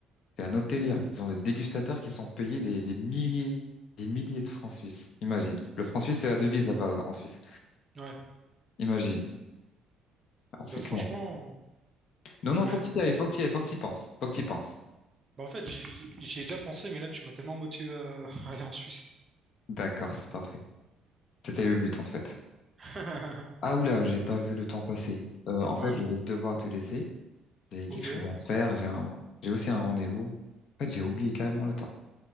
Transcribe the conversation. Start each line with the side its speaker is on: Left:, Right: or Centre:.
Left: C'est un autre délire. Ils ont des dégustateurs qui sont payés des, des milliers, des milliers de francs suisses. Imagine. Le franc suisse, c'est la devise
Right: Ouais.
Left: là-bas en Suisse.
Right: Ouais.
Left: Imagine. Ah, c'est
Right: Bah,
Left: clair.
Right: franchement,
Left: Non, non, faut
Right: bah,
Left: que tu y ailles, faut que tu y ailles, faut que tu y penses, faut que tu y penses.
Right: bah, en fait, j'y j'y ai déjà pensé, mais là, tu m'as tellement motivé à, <laughs> à aller en Suisse.
Left: D'accord, c'est parfait. C'était le but en fait.
Right: <laughs>
Left: Ah oula, j'ai pas vu le temps passer. Euh, en fait,
Right: Ouais,
Left: je vais devoir te laisser. J'avais quelque
Right: ok,
Left: chose à faire. J'ai un... j'ai aussi un rendez-vous. En fait, j'ai oublié carrément le temps.